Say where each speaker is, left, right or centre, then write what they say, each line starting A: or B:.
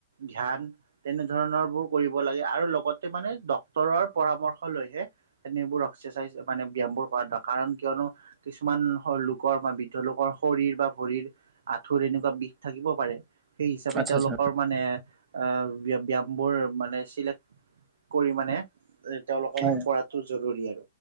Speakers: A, on the right; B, on the right.
A: ধ্যান তেনেধৰণৰ বোৰ কৰিব লাগে আৰু লগতে মানে ডক্তৰৰ পৰামৰ্শ লৈহে তেনেবোৰ এক্সাৰচাইজ মানে ব্যায়ামবোৰ সাদ কাৰণ কিয়নো কিছুমান লোকৰ বা বৃদ্ধ লোকৰ শৰীৰ বা ভৰিৰ আঁঠুৰ এনেকুৱা বিষ থাকিব পাৰে সেই হিচাপে
B: আচ্ছা
A: তেওঁলোকৰ
B: আচ্ছা
A: মানে আহ ব্যা ব্যায়ামবোৰ মানে চিলেক্ট কৰি মানে তেওঁলোকে
B: হয়
A: শেষ কৰাটো জৰুৰী আৰু